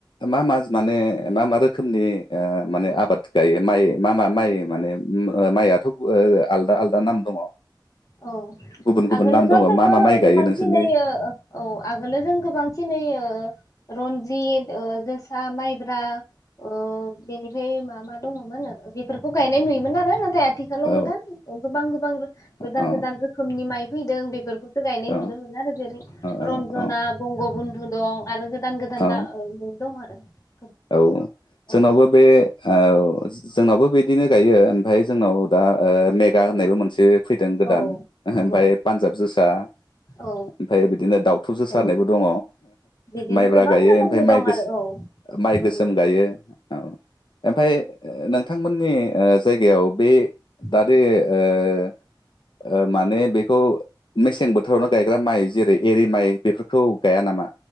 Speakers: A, on the left; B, on the left.
A: मा मा माने मा मा रोखोमनि ओ माने आबाद गायो माइ मा मा माइ माने ओ ओ माइआथ' आलदा आलदा नाम दङ
B: औ
A: गुबुन गुबुन
B: आगोलोथ'
A: नाम दङ
B: जोङो
A: मा मा माइ
B: गोबांसिनोयै
A: गायो नोंसोरनि
B: औ आगोलोव जों गोबां सिनाययो रनजित ओ जोसा माइब्रा ओ बेनिफ्राय मा मा दङमोन बेफोरखौ गायनाय नुयोमोन आरो नाथाय आ थिखाल
A: औ
B: गोदां गोबां गोबां रो गोदान
A: औ
B: गोदान रोखोमनि नि माइ फैदों बेफोरखौ गायनाय
A: औ
B: नुनो मोनो आरो जेरै
A: औ
B: रन्जना
A: औ
B: बंग <unintelligible> नु दं आरो गोदान गोदान
A: औ
B: दं <unintelligible>
A: औ सोनावबो
B: औ
A: बे औ जोंनावबो बिदिनो गायो ओमफाय जोंनाव दा ओ मेगा होननायबो मोनसे फैदों गोदान
B: औ
A: ओमफफ्राय
B: नंगौ
A: पान्जाब जोसा
B: औ
A: ओमफ्राय बिदिनो दावथु जोसा
B: औ
A: होननायबो दङ
B: बिदिनो
A: माइब्रा
B: गोबां
A: गायो
B: रोखोमनि
A: ओमफ्राय माइ
B: दं
A: गोसो
B: आरो औ
A: माइ
B: नंगौ
A: गोसोम गायो औ ओमफाय नोंथांमोननि ओ जायगायाव बे दा
B: औ
A: दे ओ माने बेखौ मेसें बोथोरावनो गाय गायग्रा माइ जेरै एरि माइ बेफोरखौ गाया नामा?